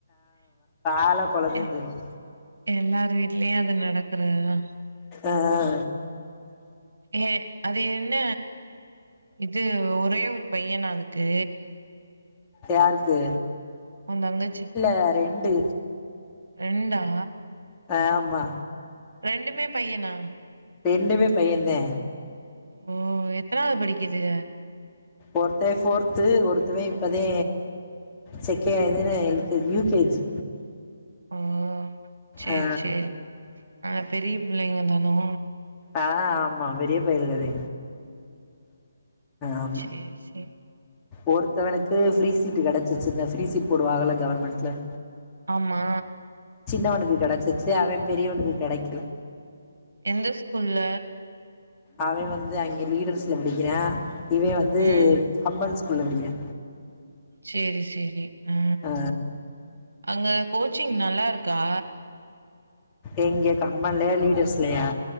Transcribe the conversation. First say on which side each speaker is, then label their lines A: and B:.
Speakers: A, on the left (about 15°); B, on the right (about 60°).
A: ஆளை புலங்குன்னு
B: எ
A: சொல்லும்
B: எல்லார் வீட்லயு அது நடக்றதுதா
A: ஆ ஆ
B: ஏ அது என்ன இது ஒரே ஒரு பையன்னா அதுக்கு
A: யாருக்கு
B: உந்தங்கச்சிக்கி
A: ஆ ரெண்டு
B: ரெண்டா
A: ஆமா
B: ரெண்டுமே பையனா
A: ரெண்டுமே பையேந்தே
B: ஓ எத்தனாவது படிக்குதுக
A: ஒர்த்தே ஃபோர்த்து ஒருத்தவே இப்பதே செக்கே இதென்ன எல் கேஜி யூகேஜி
B: ஓ செரி
A: ஆ
B: செரி ஆனா பெரிய பிள்ளைங்கதானோ
A: ஆ ஆமா பெரியபயலுகதே ஆமா
B: செர் செரி
A: ஒருத்தவனுக்கு ஃப்ரீ சீட் கெடச்சிச்சி இந்த ஃப்ரீ சீட் போடுவாகள கவர்மெண்ட்ல
B: ஆமா
A: சின்னவனுக்கு கெடச்சிச்சி அவே பெரியவனுக்கு கெடைக்கல
B: எந்த ஸ்கூல்ல
A: அவே வந்து அங்கே லீடர்ஸ்ல படிக்கிறா இவ வந்து
B: ம்
A: கம்பன் ஸ்கூல்ல படிக்கிறா
B: செரி செரி ம
A: ஆ
B: அங்க கோச்சிங் நல்லாருக்கா
A: எங்கே கம்பன்லையா லீடர்ஸ்லையா